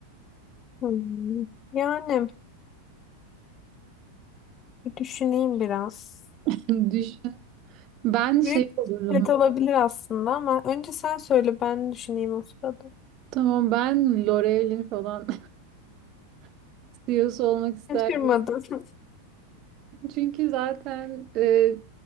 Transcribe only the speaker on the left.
Hmm, Yani bir düşüneyim biraz.
Büyük
bisiklet olabilir aslında ama önce sen söyle ben düşüneyim o sırada.
Şaşırmadım. <laughs>